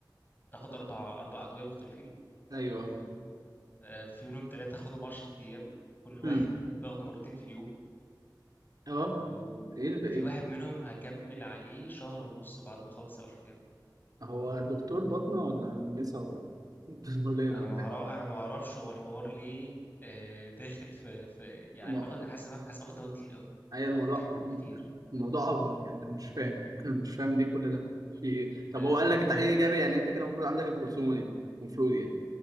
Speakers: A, on the left; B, on the right.
A: تاخد أربع أربع أدوية مختلفين
B: ايوه
A: تمام آه، في منهم تلاتة أخدهم 10 أيام كل واحد
B: امم
A: باخده مرتين في اليوم
B: اه
A: وفي
B: ايه ده ايه ده
A: واحد منهم هكمل عليه شهر ونص بعد ما اخلص العشر ايام دول.
B: هو دكتور باطنة ولا نسا ولا <laughs> ولادة
A: انا
B: ولا
A: ما اعرف
B: ايه
A: انا ما اعرفش هو الحوار ليه آه، داخل في في يعني
B: انا
A: انا باخد حاسس حاسس باخد دواء كتير قوي
B: اي الموضوع
A: باخد حبوب كتير
B: الموضوع افضل يعني انا مش فاهم <clears throat> مش فاهم ليه كل ده في ايه طب
A: آه،
B: هو قال
A: فالمهم
B: لك التحليل ايجابي يعني انت كده المفروض عندك الجرثومة دي المفروض يعني